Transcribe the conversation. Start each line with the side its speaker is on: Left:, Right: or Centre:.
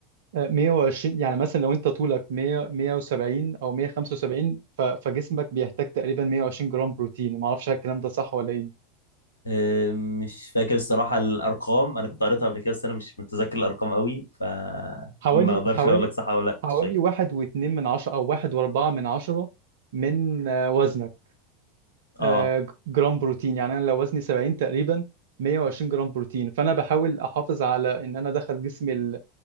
Right: آه، 120 يعني مثلا لو انت طولك 100 170 او 175 ف- فجسمك بيحتاج تقريبا 120 جرام بروتين ما اعرفش الكلام ده صح ولا ايه
Left: أم، مش فاكر الصراحة الأرقام أنا كنت قريتها قبل كده بس أنا مش متذكر الأرقام قوي فما
Right: حوالي
Left: أقدرش
Right: حوالي
Left: أقول لك صح ولا لأ
Right: حوالي
Left: مش فاكر
Right: واحد واتنين من عشرة أو واحد وأربعة من عشرة من آه، وزنك آه،
Left: اه
Right: جرام بروتين يعني أنا لو وزني 70 تقريبا 120 جرام بروتين فأنا بحاول أحافظ على إن أنا أدخل جسمي ال